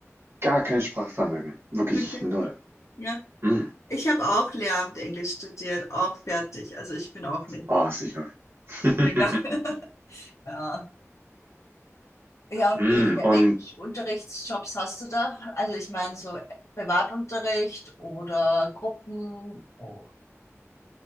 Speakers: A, on the right; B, on the left.
A: gar kein Sprachvermögen. Wirklich
B: Okay.
A: null.
B: Ja.
A: Mm.
B: Ich habe auch Lehramt Englisch studiert, auch fertig. Also ich bin auch native.
A: Oh, ist nicht wahr. <laughs>
B: Demnach. Ja. Ja, und
A: Mm.
B: welche,
A: Und
B: welche Unterrichtsjobs hast du da? Also ich meine so Privatunterricht oder Gruppen. Oh,